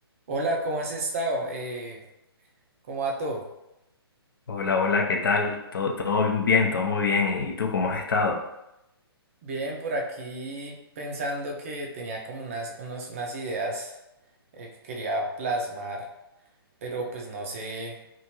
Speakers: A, on the right (about 35°); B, on the left (about 60°).
A: Hola, ¿cómo has estado? Eh, ¿cómo va todo?
B: Hola, hola, ¿qué tal? Todo, todo bien, todo muy bien. ¿Y tú cómo has estado?
A: Bien, por aquí pensando que tenía como unas, unos- unas ideas eh, que quería plasmar, pero pues no sé